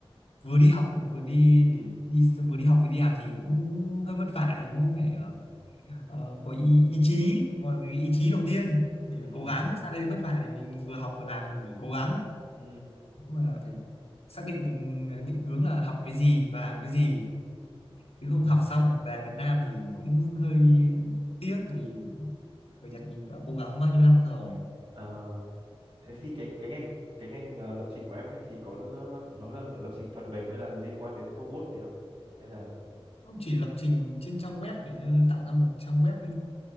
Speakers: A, on the left; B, on the right.
A: vừa đi học vừa đi để đi vừa đi học vừa đi làm thì cũng hơi vất vả thế nhưng phải ờ, ờ, có ý ý chí có cái ý chí đầu tiên mình phải
B: Ừ,
A: cố gắng sang đây vất vả thì mình vừa học vừa làm mình phải cố gắng
B: ừ,
A: mà phải xác định được ờ, định hướng là học cái gì và làm cái gì chứ không
B: ừ.
A: học xong lại về Việt Nam thì cũng hơi tiếc vì ở Nhật mình đã cố gắng bao nhiêu năm rồi
B: Ờ, thế thì cái cái ngành cái ngành ờ, lập trình của em ấy thì có l- nó là lập trình phần mềm hay là liên quan đến robot gì không? Hay là
A: không chỉ lập trình trên trang web để như tạo ra một trang web